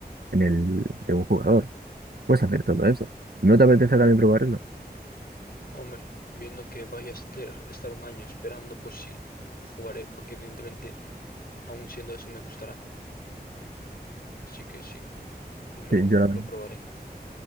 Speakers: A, on the right (about 70°); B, on the left (about 65°).
A: en el de un jugador, puedes hacer todo eso. ¿No te apetece también probar eso?
B: Hombre, viendo que vaya a ester- estar un año esperando, pues sí, jugaré, porque evidentemente, aún siendo eso, me gustará. Así que sí, lo,
A: Sí, Yo la,
B: lo probaré.